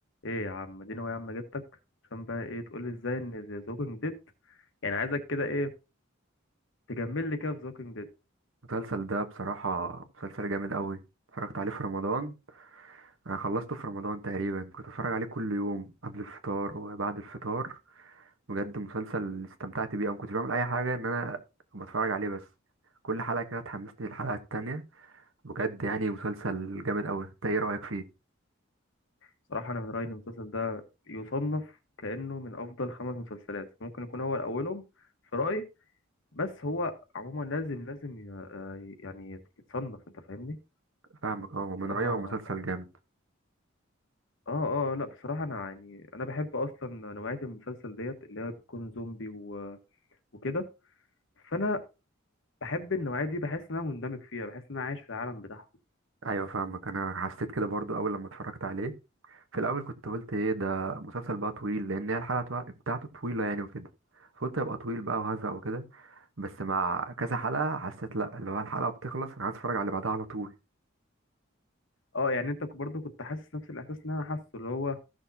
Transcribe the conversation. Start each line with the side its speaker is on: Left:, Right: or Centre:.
Left: ايه يا عم اديني هو يا عم جبتك عشان بقى ايه تقول لي ازاي ان ذا ووكينج ديد يعني عايزك كده ايه تجمل لي كده في ذا ووكينج ديد
Right: المسلسل ده بصراحة مسلسل جامد قوي اتفرجت عليه في رمضان انا خلصته في رمضان تقريبا كنت اتفرج عليه كل يوم قبل الفطار وبعد الفطار بجد مسلسل استمتعت بيه انا ما كنتش بعمل اي حاجة ان انا بتفرج عليه بس كل حلقة كده تحمسني للحلقة التانية بجد يعني مسلسل جامد قوي انت ايه رأيك فيه
Left: صراحه انا من رايي ان المسلسل ده يصنف كانه من افضل خمس مسلسلات ممكن يكون هو اولهم في رايي بس هو عموما لازم لازم ي- آه يعني يت- يتصنف انت فاهمني
Right: فاهمك اه من
Left: بصراحه
Right: رأيي هو مسلسل جامد
Left: اه اه لا بصراحه انا يعني انا بحب اصلا نوعيه المسلسل ديت اللي هي بتكون زومبي و... وكده فانا بحب النوعيه دي بحس ان انا مندمج فيها بحس ان انا عايش في العالم بتاعها
Right: ايوه فاهمك انا حسيت كده برضو اول لما اتفرجت عليه في الاول كنت قلت ايه ده مسلسل بقى طويل لان هي الحلقة توا- بتاعته طويلة يعني وكده فقلت هيبقى طويل بقى وهزق وكده بس مع كذا حلقة حسيت لأ اللي هو الحلقة بتخلص أنا عايز أتفرج على اللي بعدها على طول
Left: اه يعني انت برضو كنت حاسس نفس الاحساس اللي انا حاسه اللي هو